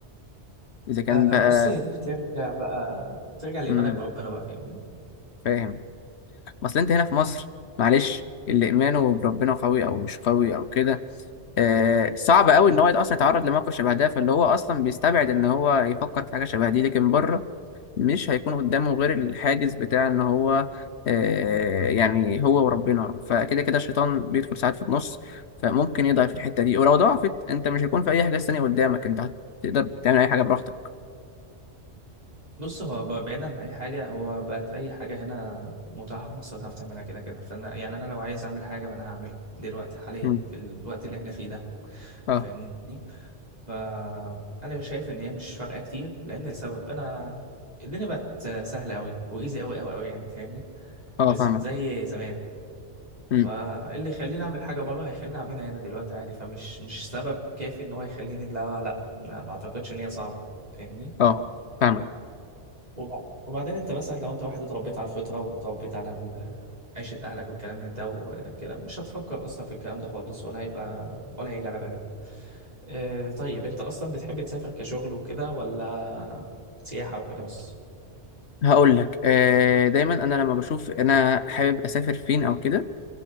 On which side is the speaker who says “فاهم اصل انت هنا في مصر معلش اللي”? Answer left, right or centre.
Left